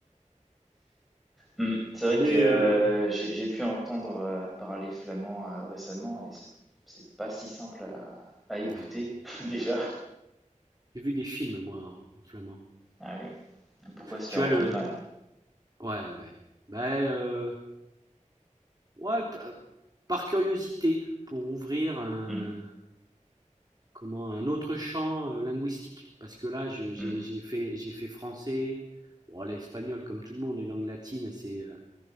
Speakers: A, in the centre; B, on the right.
A: Mm. C'est vrai
B: Mais
A: que euh,
B: euh,
A: j'ai j'ai pu entendre euh, parler flamand euh, récemment et c'est c'est pas si simple à, à écouter
B: ouais,
A: <laughs> déjà.
B: j'ai vu des films moi en, en flamand.
A: Ah oui. Pourquoi se
B: Tu
A: faire
B: as
A: autant
B: le,
A: de mal?
B: ouais, ouais, ben euh, ouais, p- par curiosité pour ouvrir un,
A: Mm.
B: comment, un autre champ euh, linguistique. Parce que là, je- j'ai
A: Mm.
B: j'ai fait, j'ai fait français. Bon, l'espagnol, comme tout le monde, les langues latines, c'est euh,